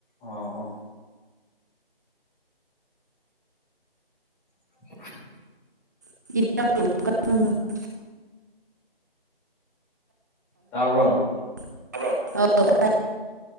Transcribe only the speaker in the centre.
ꯑꯣꯑꯣ <unintelligible>
ꯇꯥꯕꯔ